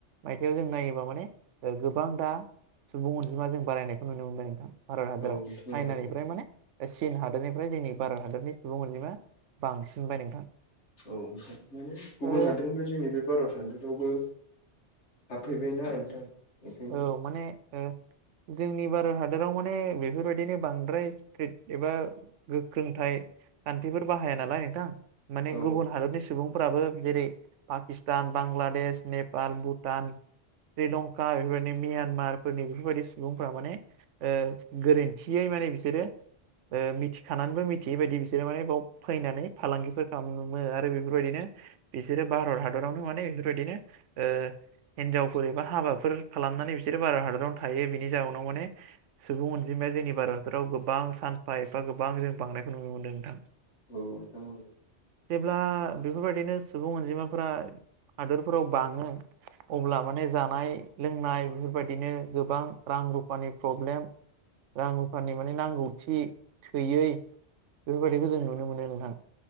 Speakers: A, on the right; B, on the left.
A: मायथाइयाव जों नायोबा माने गोबां दा सुबुं अनजिमा जों बारायनायखौ नुनो मोनबाय नोंथां भारत हादराव
B: औ नोंथां औ
A: चाइनानिफ्राय
B: औ
A: माने चिन हादरनि ओमफ्राय जोंनि भारत हादरनि सुबुं अनजिमा बांसिनबाय नोंथां
B: औ माने गुबुन
A: ओ
B: हादोरनिफ्राय जोंनि बे भारत हादोरावबो हाबफैबायना नोंथां बेखायनो
A: औ माने ओ जोंनि भारत हादराव माने बेफोरबायदिनो बांद्राय स्ट्रिट एबा गोख्रोंथाइ खान्थिफोर बाहाया नालाय नोंथां माने
B: औ
A: गुबुन हादरनि सुबुंफोराबो जेरै पाकिस्तान बांलादेश नेपाल भुटान श्रीलंका कार बेफोरबायदि म्यानमारफोरनि बेफोरबायदि सुबुंफोरा माने ओ गोरोन्थियै माने बिसोरो ओ मिथिखानानैबो मिथियै बायदि बिसोरो माने बाव फैनानै फालांगिफोर खालामो आरो बेफोरबायदिनो बिसोरो भारत हादरावनो माने बेफोरबायदिनो ओ हिनजावफोर एबा हाबा फोर खालामनानै बिसोरो भारत हादरावनो थायो बिनि जउनाव माने सुबुं अनजिमाया जोंनि भारत हादराव गोबां गोबां सानफा एफा गोबां जों बांनायखौ नुनो मोनदों नोंथां
B: औ नोंथां औ
A: जेब्ला बेफोरबायदिनो सुबुं अनजिमाफ्रा हादोरफोराव बाङो अब्ला माने जानाय लोंनाय बेफोर बायदिनो गोबां रां रुफानि प्रब्लेम रां रुफानिनि माने नांगौथि थोयै बेफोरबायदिखौ जों नुनो मोनो नोंथां।